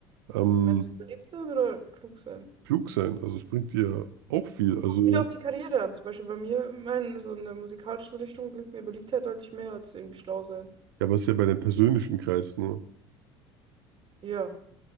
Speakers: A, on the right; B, on the right.
A: Ähm,
B: Meinst du beliebt sein oder klug sein?
A: klug sein, also es bringt dir auch viel. Also,
B: wieder auf die Karriere an. Zum Beispiel bei mir, mein, so in der musikalischen Richtung bringt mir Beliebtheit deutlich mehr als irgendwie schlau sein.
A: ja, aber es ist ja bei deinem persönlichen Kreis nur.
B: Ja,